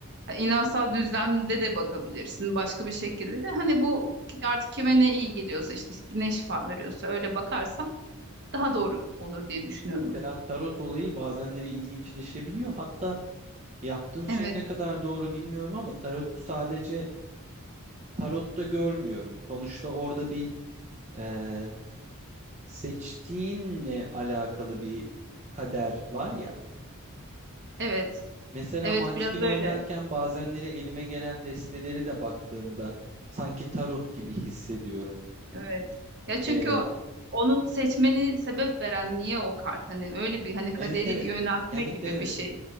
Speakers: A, on the right; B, on the right.
A: Yani inansal düzlemde de bakabilirsin başka bir şekilde de. Hani bu artık kime ne iyi geliyorsa işte ne şifa veriyorsa öyle bakarsan daha doğru olur diye düşünüyorum.
B: Mesela tarot olayı bazenleri ilginçleşebiliyor. Hatta yaptığım
A: Evet,
B: şey ne kadar doğru bilmiyorum ama tarotu sadece tarotta görmüyorum. Sonuçta orada bir e, seçtiğinle alakalı bir kader var ya.
A: evet.
B: Mesela
A: Evet
B: Munchkin
A: biraz
B: oynarken
A: öyle.
B: bazenleri elime gelen desteleri de baktığımda sanki tarot gibi hissediyorum.
A: Evet. Ya çünkü
B: E,
A: o onu seçmeni sebep veren niye o kart hani öyle bir hani kaderi
B: evet evet.
A: yöneltme
B: Evet
A: gibi
B: evet.
A: bir şey.